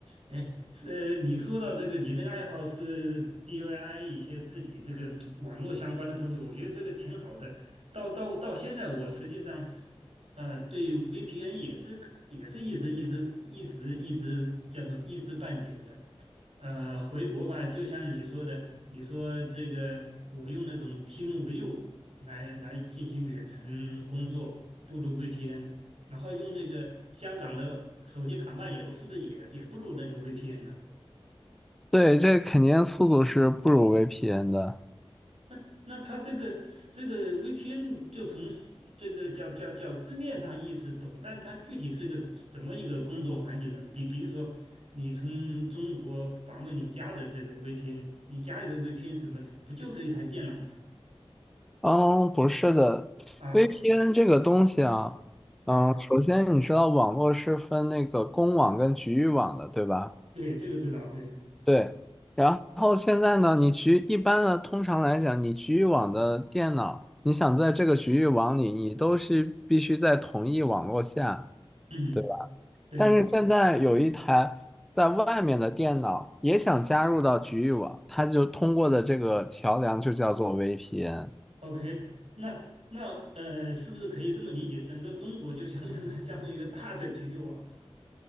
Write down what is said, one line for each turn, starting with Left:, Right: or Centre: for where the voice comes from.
Right: 哎，是你说到这个，你那个爱好是 d i Y 一些自己这个网络相关的东西，我觉得这个挺好的。到到到现在，我实际上，呃，对 VPN 也是也是一直一直一直一直叫做一知半解的。呃，回国吧，就像你说的，你说这个我用那种 TeamViewer 来来进行远程工作，不如 VPN，然后用那个香港的手机卡漫游，是不是也也不如那个 VPN 呢？
Centre: 对，这肯定速度是不如 VPN 的。
Right: 那那它这个这个 VPN 就从这个叫叫叫字面上意思懂，但它具体是个怎么一个工作环境呢？比比如说，你从中国访问你家的这个 VPN，你家里的 VPN 什么不就是一台电脑吗？
Centre: 嗯，不是的，VPN
Right: 啊
Centre: 这个东西啊，
Right: 啊，
Centre: 嗯，首先你知道网络是分那个公网跟局域网的，对吧？
Right: 对，这个知道，对，
Centre: 对。然后现在呢，你局一般的，通常来讲，你局域网的电脑，你想在这个局域网里，你都是必须在同一网络下。
Right: 嗯，
Centre: 对。
Right: 对
Centre: 但是现在有一台在外面的电脑也想加入到局域网，它就通过的这个桥梁就叫做 VPN
Right: ，OK，那那呃，是不是可以这么理解？整个中国就相当于 <laughs> 相当于 <laughs> 一个大的局域网，